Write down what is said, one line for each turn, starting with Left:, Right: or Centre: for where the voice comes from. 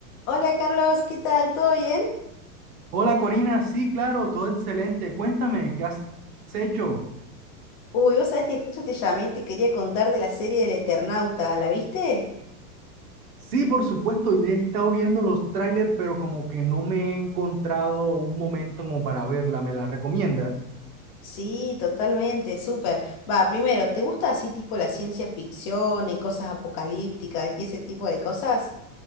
Left: Hola Carlos, ¿qué tal? ¿Todo bien?
Right: Hola Corina, sí, claro, todo excelente. Cuéntame, ¿qué has hecho?
Left: Uy, vos sabés que justo te llamé te quería contar de la serie del Eternauta, ¿la viste?
Right: Sí, por supuesto, y he estado viendo los trailers, pero como que no me he encontrado un momento como para verla. ¿Me la recomiendas?
Left: Sí, totalmente, súper. Va, primero, ¿te gusta así tipo la ciencia ficción y cosas apocalípticas y ese tipo de cosas?